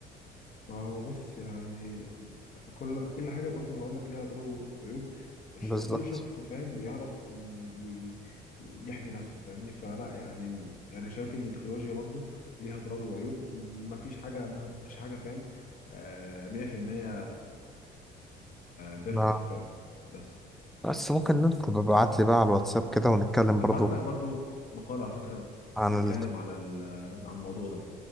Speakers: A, on the left; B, in the centre.
A: ما هو بص يعني كل كل حاجة برضو هقول لك ليها أضرار وعيوب ش-
B: بالظبط
A: كل شخص فاهم ويعرف ي- ي- يحمي نفسه فاهمني فلا يعني أنا شايف إن التكنولوجيا برضو ليها أضرار وعيوب ما فيش حاجة ما فيش حاجة فاهم آه، 100% بيرفكت
B: ما-
A: فاهم بس
B: بس ممكن انت تبقى ابعت لي بقى على الواتساب كده ونتكلم برضه
A: هبعت لك برضو مقالة على فكرة
B: عن
A: بيتكلم
B: ال...
A: على ال- على الموضوع ده